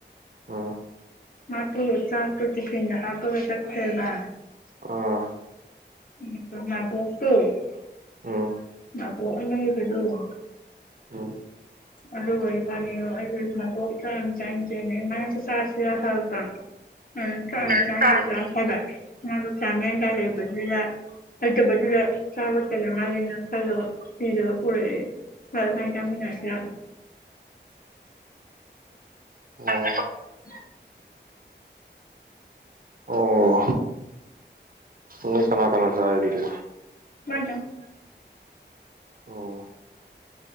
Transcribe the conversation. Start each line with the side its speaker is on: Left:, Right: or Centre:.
Right: ꯎꯝ
Left: ꯃꯥꯒꯤ ꯆꯥꯛꯇꯣ ꯇꯤꯐꯤꯟꯗ ꯍꯥꯄꯒ ꯆꯠꯈ꯭ꯔꯦꯕ
Right: ꯑꯝ
Left: <unintelligible>
Right: ꯎꯝ ꯎꯝ
Left: <unintelligible> <unintelligible>
Right: ꯎꯝ
Left: ꯂꯩꯩꯇꯕꯗꯨꯗ ꯆꯥꯕ ꯇꯜꯂꯃꯥꯜꯂꯦꯅ ꯈꯜꯂꯒ ꯊꯤꯔꯒ ꯄꯨꯔꯛꯑꯦ ꯍꯣꯏ ꯏꯕꯥꯅꯤ ꯆꯥꯃꯤꯟꯅꯔꯁꯦ
Right: ꯑꯣ
Left: <unintelligible>
Right: ꯑꯣ ꯅꯣꯏ ꯀꯅꯥ ꯀꯅꯥ ꯆꯔꯦ ꯑꯗꯨꯗꯤ
Left: ꯃꯥꯏꯗꯪ
Right: ꯑꯣ